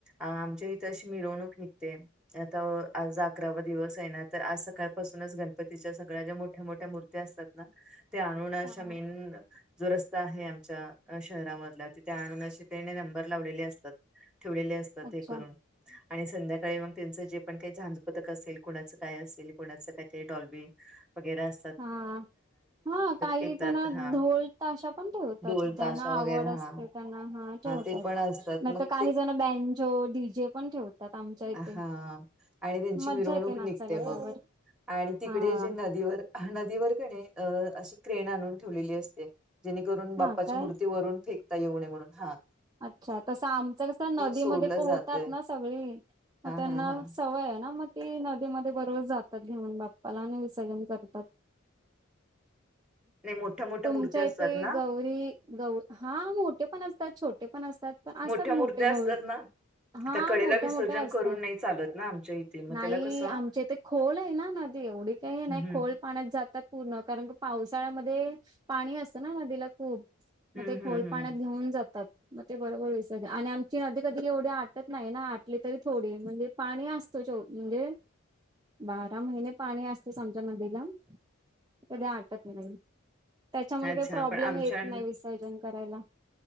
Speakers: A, in the centre; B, on the right.
A: आमच्या इथे अशी मिरवणूक निघतें. आता आज अकरावा दिवस आहे ना तर आज सकाळपासूनच गणपतीच्या सगळ्या ज्या मोठ्या, मोठ्या मूर्त्या असतांत ते आणुन अशा
B: हा
A: मेन जो रस्ता आहे आमच्या शहरांमधल्या तिथ आणून अशे त्याने नंबर लावलेले असतात ठेवलेले असतात
B: अच्छा
A: हे करून आणि संध्याकाळी मग त्यांचं जे पण काही झांजपथक असेल कुणाचं काय असेल कोुणाचं काय ते डॉल्ब वगैररा अस.
B: हां, हां काही
A: येतात
B: जण
A: हा
B: ढोल ताशा पण ठेवतात
A: डोल
B: ज्यांना
A: ताशा वगैरे
B: आवड असतें.
A: हा
B: त्यांना हा ठेवतात.
A: ते पण असतात
B: नाही
A: मग
B: तर काही जण बँनजो डीजे पण ठेवतात. आमच्या इथे
A: हां आणि त्यांची
B: मज्जा
A: मिरवणूक
B: येते नाचायला
A: निघते मगं.
B: त्यावर
A: आणि तिकडे
B: हा
A: जे नदीवर, नदीवर कणे अं अशी क्रेन आणून ठेवलेली असतें. जेणेकरून, बाप्पाच्या
B: हा काय
A: मूर्ती वरून फेकता येऊ नये म्हणून हां.
B: अच्छा तसं आमचं कसं नदीमध्ये
A: सोडलं
B: पोहतात
A: जातय
B: ना सगळी मग
A: हा
B: त्यांना
A: हा हा
B: सवय आहे ना मगं. ते नदीमध्ये बरोबर जातात घेऊन बाप्पाला आणि विसर्जन करतात.
A: नाही मोठ्या मोठ्या
B: तुमच्या
A: मूर्ती
B: इथे
A: असतात ना
B: गौरी. गौ, हा मोठे पण असतांत छोटे पण असतांत. पण असतांत
A: मोठ्या मूर्त्या
B: मोठे भर.
A: असतात ना
B: हां
A: त्या कडेला
B: मोठ्या
A: विसर्जन
B: मोठ्या असतात
A: करून नाही चालत ना आमच्या इथे मग
B: नाहीं
A: त्याला कसं
B: आमच्या इथे खोल आहे ना नदी एवढी काही नाही
A: हम्म हम्म
B: खोल पाण्यांत जातात. पूर्ण, कारण पावसाळ्यामध्ये पाणी असतं ना नदीला खुप. खूप, मगं
A: हम्म
B: ते खोल
A: हम्म हम्म.
B: पाण्यात घेऊन जातात. मग ते बरोबर विसरते आणि आमची नदी कधी एवढी आटत नाही ना आटली तरी थोडी. म्हणजे पाणी असतो चो, म्हणजे बारा महिने पाणी असतंच आमच्या नदीला. कधी आटत नाही त्याच्यामुळे
A: अच्छा
B: काही प्रॉब्लेम
A: पण आमच्या
B: येतं नाही विसर्जन करायला.